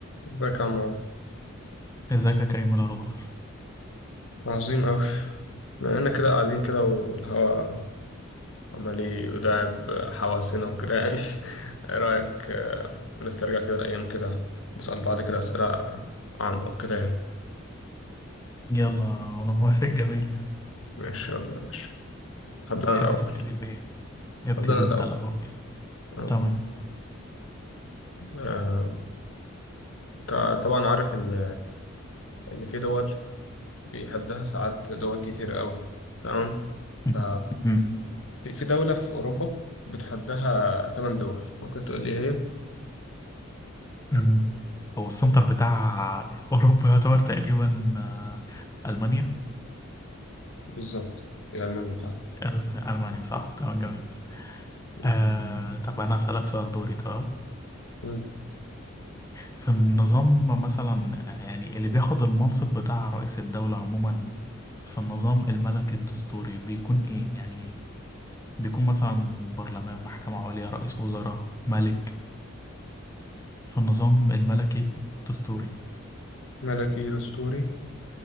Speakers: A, on the left (about 75°); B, on the left (about 15°).
A: ازيك يا عم عمرو؟
B: ازيك يا كريم إيه الاخبار
A: عظيم أوي بما إننا كده قاعدين كده والهوا عمال يداعب حواسنا وكده يعني <laughs> إيه رأيك آه، نسترجع كده الأيام كده نسأل بعض كده أسئلة عامة وكده يعني
B: يلا انا موافق جميل يعني
A: ماشي يلا ماشي هبدأ أنا
B: تحب
A: الأول
B: تبتدي بايه ابتدي
A: هبدأ أنا
B: انت
A: الأول
B: الاول
A: تمام.
B: تمام
A: آه، تع- طبعا عارف إن إن في دول بيحدها ساعات دول كتير أوي تمام
B: <laughs>
A: ف-
B: مم.
A: في في دولة في أوروبا بتحدها تمن دول ممكن تقول لي هي
B: مم. هو السنتر بتاع اوروبا يعتبر تقريبا آه، المانيا
A: بالظبط هي ألمانيا فعلا
B: آه، المانيا صح تمام جميل
A: مم.
B: آه، طب انا اسالك سؤال دوري تمام
A: مم.
B: في النظام مثلا آه، يعني اللي بياخد المنصب بتاع رئيس الدولة عموما في النظام الملكي الدستوري بيكون ايه يعني بيكون مثلا برلمان محكمة عليا رئيس وزراء ملك فالنظام الملكي الدستوري
A: ملكي دستوري